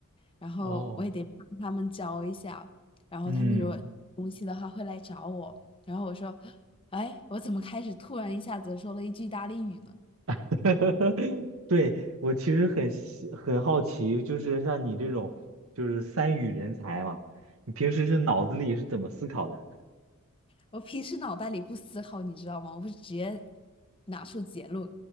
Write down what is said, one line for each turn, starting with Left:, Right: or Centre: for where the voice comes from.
Left: 然后我也得帮他们教一下。
Right: 哦，
Left: 然后他们说。
Right: 嗯。
Left: 他会来找我，然后我说，哎，我怎么开始突然一下子说了一句意大利语呢？
Right: <laughs> 对，我其实很希很好奇，就是像你这种就是三语人才嘛，你平时是脑子里是怎么思考的？
Left: 我平时脑袋里不思考，你知道吗？我会直接拿出结论，